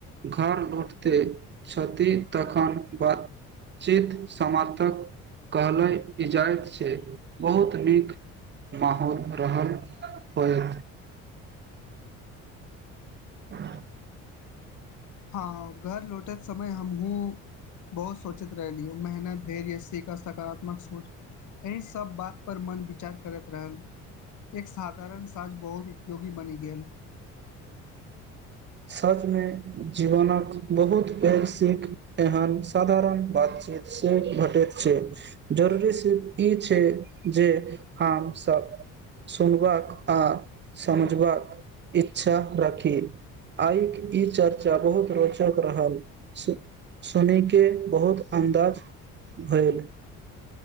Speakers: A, on the right; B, on the left.
A: घर लौटते छथि तखन बातचित समर्थक कहलै इजायत छै बहुत नीक माहौल रहल होय ह
B: हँ घर लौटैत समय हमहुूँ बहुत सोचैत रहलिय मेहनत धैर्य सीख आ सकारात्मक सोच एहि सब बात पर मन विचार करैत रहल एक साधारण साज बहुत उपयोगी बनि गेल
A: सचमे जीवनक बहुत पैघ सीख एहन साधारण बातचीत से भेटैत छै जरूरी स ई छै जे हमसभ सुनबाक आ समझबाक इच्छा रखी आइके ई चर्चा बहुत रोचक रहल सु सुने बहुत अन्दाज भेल